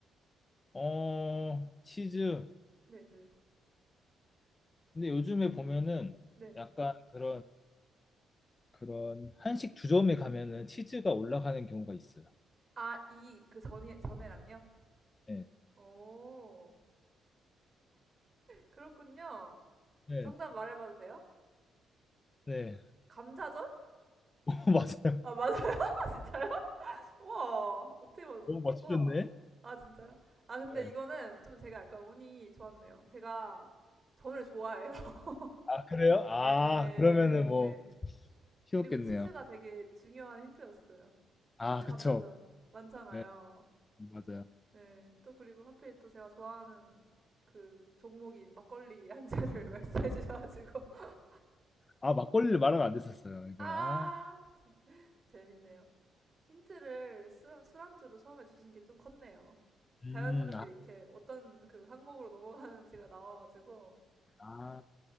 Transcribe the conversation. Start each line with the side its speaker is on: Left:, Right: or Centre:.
Left: 어, 치즈.
Right: 네, 네,
Left: 근데 요즘에 보면은
Right: 네.
Left: 약간 그런 그런 한식 주점에 가면은 치즈가 올라가는 경우가 있어요.
Right: 아, 이, 그 전에, 전에랑요?
Left: 네,
Right: 오, 그렇군요.
Left: 네,
Right: 정답 말해봐도 돼요?
Left: 네.
Right: 감자전?
Left: <laughs> 맞아요.
Right: 아, 맞아요, <laughs> 진짜. 우와, 어떻게, 맞...
Left: 너무 맞추셨네.
Right: 우와. 아, 진짜요? 아, 근데
Left: 네.
Right: 이거는 좀 제가 약간 운이 좋았네요. 제가 전을 좋아해요. <laughs>
Left: 아, 그래요? 아,
Right: 예,
Left: 그러면은
Right: 그리고,
Left: 뭐
Right: 예.
Left: 쉬웠겠네요.
Right: 그리고 치즈가 되게 중요한 힌트였어요.
Left: 아,
Right: 치즈
Left: 그쵸.
Right: 감자전 많잖아요.
Left: 네, 맞아요.
Right: 네. 또 그리고 하필 또 제가 좋아하는 그 종목인 막걸리 안주를 <laughs> 말씀해 주셔가지고. <laughs>
Left: 아, 막걸리를 말하면 안 됐었어요. 이거
Right: 아!
Left: 아,
Right: 재밌네요. 힌트를 술, 술안주로 처음에 주신 게 좀 컸네요.
Left: 음,
Right: 자연스럽게
Left: 아,
Right: 이렇게 어떤 그 항목으로 넘어가는지가 나와가지고.
Left: 아,